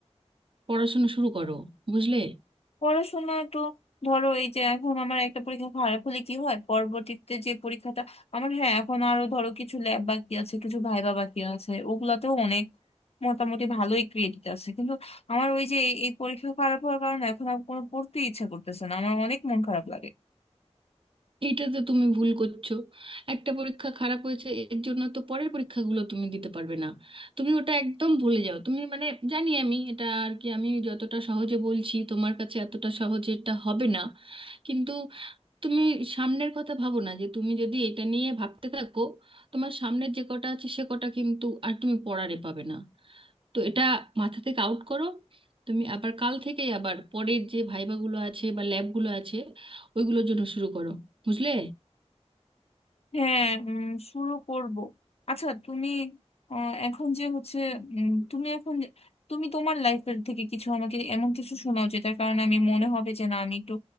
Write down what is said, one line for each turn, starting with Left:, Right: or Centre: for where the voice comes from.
Right: পড়াশোনা শুরু করো বুঝলে
Left: পড়াশোনা তো ধরো এই যে এখন আমার একটা পরীক্ষা খারাপ হলে কি হয় পরবর্তীতে যে পরীক্ষাটা আমার হ্যাঁ এখন আরো ধরো কিছু ল্যাব বাকি আছে কিছু ভাইবা বাকি আছে ওগুলাতেও অনেক মোটামুটি ভালোই ক্রেডিট আছে কিন্তু আমার ওই যে এই এই পরীক্ষা খারাপ হওয়ার কারণে এখন আর কোনো পড়তে ইচ্ছা করতেছে না আমার অনেক মন খারাপ লাগে
Right: এইটাতে তুমি ভুল করছো একটা পরীক্ষা খারাপ হয়েছে এর জন্য তো পরের পরীক্ষাগুলো তুমি দিতে পারবে না তুমি ওটা একদম ভুলে যাও তুমি মানে জানি আমি এটা আর কি আমি যতটা সহজে বলছি তোমার কাছে এতটা সহজে এটা হবে না কিন্তু তুমি সামনের কথা ভাবো না যে তুমি যদি এটা নিয়ে ভাবতে থাকো তোমার সামনের যে কটা আছে সে কটা কিন্তু আর তুমি পড়ারে পাবে না তো এটা মাথা থেকে আউট করো তুমি আবার কাল থেকেই আবার পরের যে ভাইভাগুলো আছে বা ল্যাবগুলো আছে ওইগুলোর জন্য শুরু করো বুঝলে
Left: হ্যাঁ উম, শুরু করব আচ্ছা তুমি আহ, এখন যে হচ্ছে উম, তুমি এখন যে- তুমি তোমার লাইফের থেকে কিছু আমাকে এমন কিছু শোনাও যেটার কারণে আমি মনে হবে যে না আমি একটু